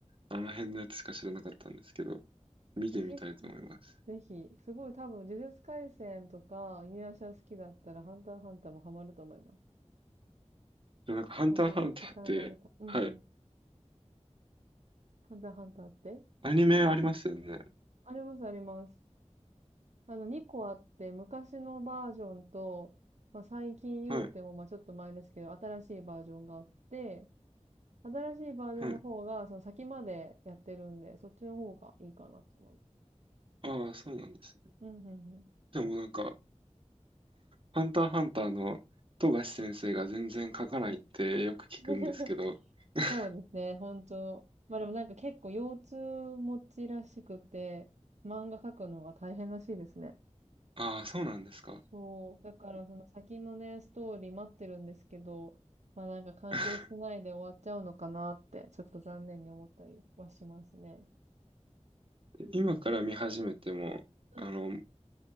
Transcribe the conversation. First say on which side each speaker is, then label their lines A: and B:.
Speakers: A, on the right; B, on the right.
A: あの辺のやつしか知らなかったんですけど、見てみたいと思います。
B: え、結構、ぜひ、すごい多分、呪術廻戦とか、犬夜叉好きだったら、ハンターハンターもハマると思います。
A: でもなんか、ハンターハンターって、
B: もし、時間があれば。うんうん。
A: はい。
B: ハンターハンターって
A: アニメありますよね。
B: あります、あります。あの、2個あって、昔のバージョンと、まあ、最近言うても、
A: はい。
B: まあ、ちょっと前ですけど、新しいバージョンがあって、新しいバージョンの方が、
A: はい。
B: その先までやってるんで、そっちの方がいいかなと思います。
A: ああ、そうなんですね。
B: うんうんうん。
A: でもなんか、ハンターハンターの富樫先生が全然書かないってよく聞くんですけど、
B: <laughs>
A: <laughs>
B: そうですね、本当。まあでもなんか結構腰痛持ちらしくて、漫画描くのが大変らしいですね。
A: ああ、そうなんですか。
B: そう。だからその先のね、ストーリー待ってるんですけど、まあなんか完結しないで終わっちゃうのかなって、
A: <laughs>
B: ちょっと残念に思ったりはしますね。
A: 今から見始めても、
B: うん
A: あの、